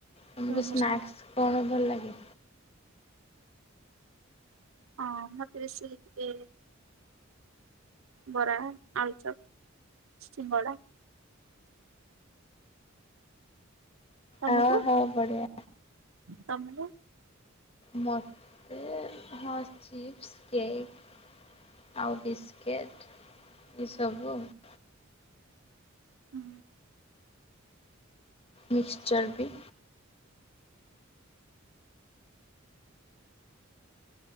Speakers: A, on the left; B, on the right.
A: ତମକୁ
B: ହଁ
A: ସ୍ନାକ୍ସ କଣ ଭଲ ଲାଗେ?
B: ଅଁ ମତେ ବେଶୀ ଏ। ବରା ଆଳୁଚପ୍ ସିଙ୍ଗଡା। ତମକୁ
A: ଅ ହଉ ବଢ଼ିଆ
B: ତମୁକୁ?
A: ମତେ ହଁ ଚିପ୍ସ କେକ୍। ଆଉ ବିସ୍କେଟ୍ ଏସବୁ ଆଉ।
B: ହୁଁ।
A: ମିକ୍ସଚର୍ ବି।